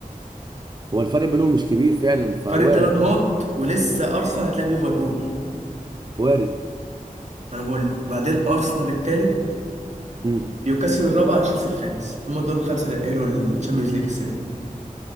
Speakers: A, on the right; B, on the right.
A: هو الفرق بينهم مش كبير فعلا فوارد
B: فرق ثلاث
A: اه
B: نقط ولسه ارسنال هتلاعب ليفربول
A: وارد
B: انا بقول لك بعدين ارسنال التالت
A: مم.
B: نيوكاسل الرابع تشيلسي الخامس هما دول الخمسة اللي اتأهلوا للتشامبيونز ليج السنة دي